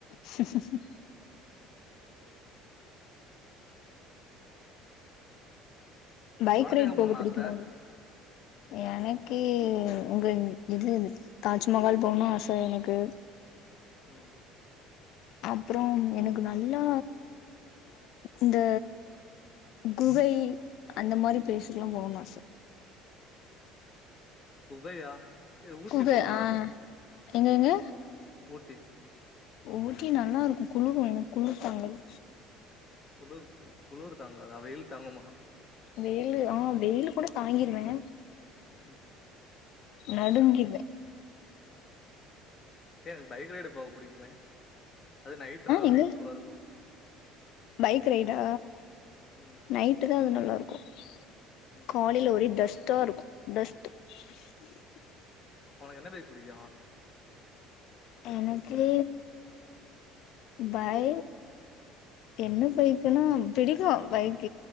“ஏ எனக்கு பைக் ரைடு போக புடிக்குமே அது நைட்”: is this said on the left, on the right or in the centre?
Left